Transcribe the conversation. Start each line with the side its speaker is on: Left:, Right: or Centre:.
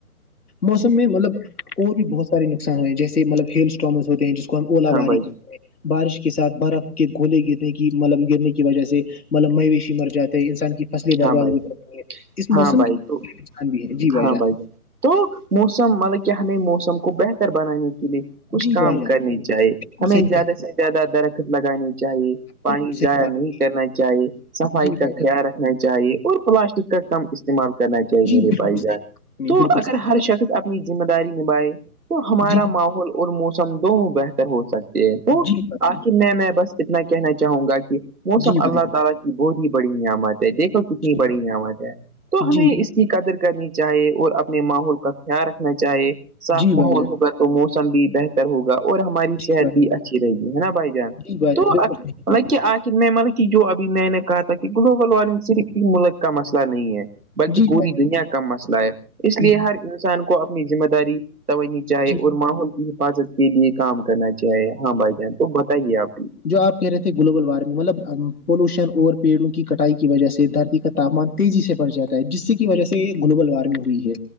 Left: موسم میں مطلب اور بھی بہت سارے نقصان ہو ہیں جیسے مطلب ہیلٹرامز ہوتے ہیں جس کو ہم اولا
Right: ہاں
Left: باری
Right: بھائی
Left: کرتے ہیں بارش کے ساتھ برف کے گھوولے گرنے کی مطلب گرنے کی وجہ سے مطلب مویشی مر جاتے ہیں انسان کی فصلیں
Right: جان
Left: برباد
Right: ہاں بھائی
Left: ہو
Right: جان
Left: جاتی ہیں اس موسم
Right: ہاں بھائی
Left: کی
Right: تو
Left: پہچان بھی ہے جی وائی
Right: ہاں
Left: جان
Right: بھائی تو موسم مطلب کیا ہمیں موسم کو بہتر بنانے کے لیے کچھ
Left: جی
Right: کام
Left: بھائی جان
Right: کرنی چاہے ہمیں
Left: صحیح
Right: زیادہ
Left: کہا
Right: سے زیادہ درخ لگانی چاہیے
Left: بالکل
Right: پانی
Left: صحیح
Right: ضائع
Left: بات
Right: نہیں کرنا چاہیے صفائی
Left: جی
Right: کا
Left: بھائی جان
Right: خیال رکھ چاہیے اور پلاسٹک کا کم اس استعمال کرنا چاہیے
Left: جی
Right: میرے
Left: بالکل
Right: بھائی جان
Left: صحیح نہیں
Right: تو
Left: بالکل
Right: اگر
Left: صحیح
Right: ہر شخص اپنی ذمہ داری نبھائے تو
Left: بات
Right: ہمارا
Left: جی
Right: ماحول اور موسم دونوں بہتر ہو سکتے ہیں تو
Left: جی بھائی
Right: <unintelligible>
Left: جان جی بھائی جان
Right: کتنی
Left: جی
Right: بڑی
Left: بھائی
Right: نمت ہے تو ہمیں
Left: جی
Right: اس کے کی قدر کرنی چاہیے اور اپنے ماحول کا خیال رکھنا چاہیے صاف
Left: جی بھائی
Right: مال
Left: جان،
Right: ہوگا تو موسم بھی بہتر ہوگا اور ہماری
Left: جی
Right: صحت
Left: بھائی
Right: بھی اچھی رہے گی ہے نا بھائی جان
Left: جی بھائی
Right: تو
Left: جان،
Right: مطلب
Left: بالکل صحیح فرما رہے
Right: کیا آ میں مطلب جو ابھی میں نے کہا تھا کہ گلوبل وارمنگ صرف ت ملک کا مسئلہ نہیں ہے
Left: ہیں،
Right: بلکہ
Left: جی
Right: پوری
Left: بھائی
Right: دنیا کا کا مسئلہ ہے اس
Left: جان،
Right: لیے
Left: جی،
Right: ہر انسان کو اپنی ذمہ داری سمجھنی چاہیے
Left: جی،
Right: اور ماحول کی حفاظت کے لیے کام کرنا چاہے ہاں بھائی جان تو بتائیے آپ بھی
Left: جو آپ کہہ رہے تھے گلوبل وارمنگ مطلب پولوشن اور پیڑوں کی کٹائی کی وجہ سے دھرتی کا تاپمان تیزی سے بڑ جاتا ہے جس سے کی وجہ سے گلوبل وارمنگ ہوئی ہے